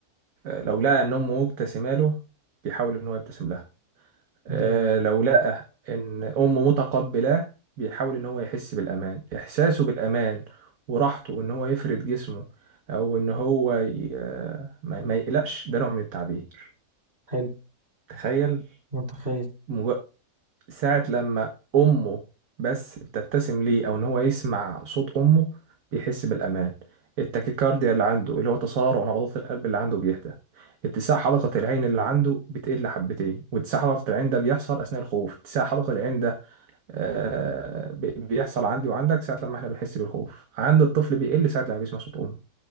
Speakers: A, on the right; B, on the right.
A: آه لو لقى ان امه مبتسمه له بيحاول ان هو يبتسم لها آه،
B: مم،
A: لو لقى ان امه متقبلاه بيحاول ان هو يحس بالامان احساسه بالامان وراحته ان هو يفرد جسمه او ان هو ي... آه، ما ما يقلقش ده نوع من التعبير
B: حلو
A: تخيل
B: متخيل
A: مج... ساعة لما امه بس بتبتسم ليه او ان هو يسمع صوت امه بيحس بالامان التاكيكارديا اللي عنده اللي هو تسارع نبضات القلب اللي عنده بيهدى اتساع حلقة العين اللي عنده بتقل حبتين واتساع حلقة العين ده بيحصل أثناء الخوف اتساع حلقة العين ده آه، بي- بيحصل عندي وعندك ساعة لما احنا بنحس بالخوف عند الطفل بيقل ساعة لما بيسمع صوت أمه